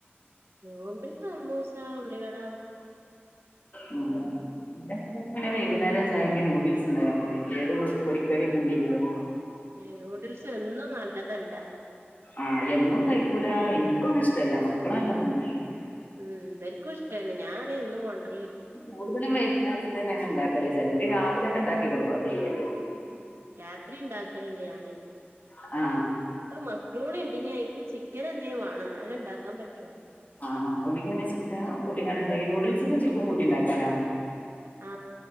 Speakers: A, on the right (about 80°); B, on the left (about 45°).
A: നോമ്പിന് സമൂസ് ആ ഉള്ളി വട
B: ഉം <unintelligible> നേരം ചായക്ക് നൂഡിൽസ് ഇണ്ടായ മതി ഏത് പൊരിക്കടി ഒന്നുംല്ലെങ്കിലും
A: നൂഡിൽസ് എന്നും നല്ലതല്ല
B: ആ എന്നും കഴിക്കൂല എൻക്കൊന്നും ഇഷ്ടല്ല മക്കള് നലോണം തിന്നും
A: ഉം ബര്ക്കൂ ഇഷ്ടല്ല ഞാന് എന്നും കൊണ്ട്
B: കൂടുതലും വൈന്നാരം തന്നെണ് ണ്ടാക്ക ല്ലേ ചേലോര് രാവിലൊക്കെ ഉണ്ടാക്കി കൊടുക്കും <unintelligible>
A: ഉം രാത്രി ഉണ്ടാക്കലണ്ട് ഞാന്
B: ആ
A: അത് മക്രൂണി പിന്നെ അയ്ക്ക് ചിക്കൻ എന്തേ വാണം ന്നാലെണ്ടാക്കാൻ പറ്റൂ
B: ആ മക്രോണിക്ക് പിന്നെ ചിക്കൻ കൂട്ടീങ്ങാണ്ട്ണ്ടാക്ക ന്യൂഡിൽസിക്കു ചിക്കൻ കുട്ടിണ്ടാക്കാലോ
A: ആ